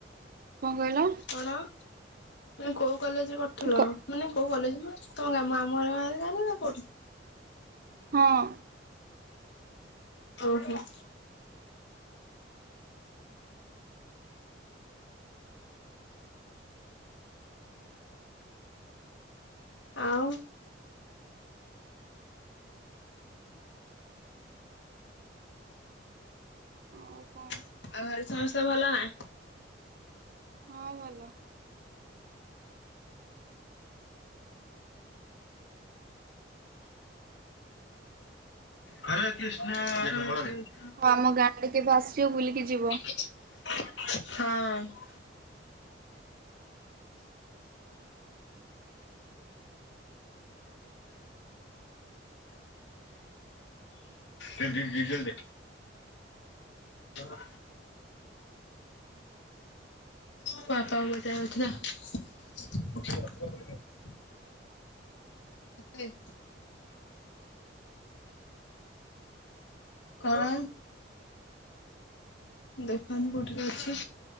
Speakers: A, on the right (about 50°); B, on the left (about 85°).
A: କଣ କହିଲ?
B: କଣ ତମେ କୋଉ କଲେଜରେ ପଢୁଥିଲ?
A: ଗ
B: ମାନେ କୋଉ କଲେଜ ମାନେ ତମ ଆମ ଗାଁ <unintelligible> ନା କୋଉଠି?
A: ହଁ।
B: ଓ ହୋ। ଆଉ
A: ଆଉ କଣ
B: ଆଉ ଘରେ ସମସ୍ତେ ଭଲ ନା?
A: ହଁ ଭଲ।
B: ହରେ କିଷ୍ଣା <unintelligible>
A: ହଁ ଆମ ଗାଁ ଆଡେ କେବେ ଆସିବ ବୁଲିକି ଯିବ।
B: ହଁ। <unintelligible> <unintelligible> ଡି ଡି ଡିଜେଲ ଦେ <unintelligible> ପାପା <unintelligible> ଅଛି ନା। <inaudible> <unintelligible> କଣ? ଦେଖନି କୋଉଠିରେ ଅଛି।